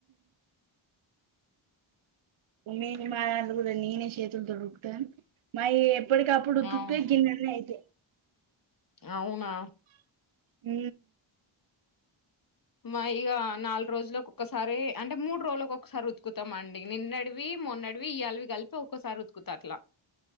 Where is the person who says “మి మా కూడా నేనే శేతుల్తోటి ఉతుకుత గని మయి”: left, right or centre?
Right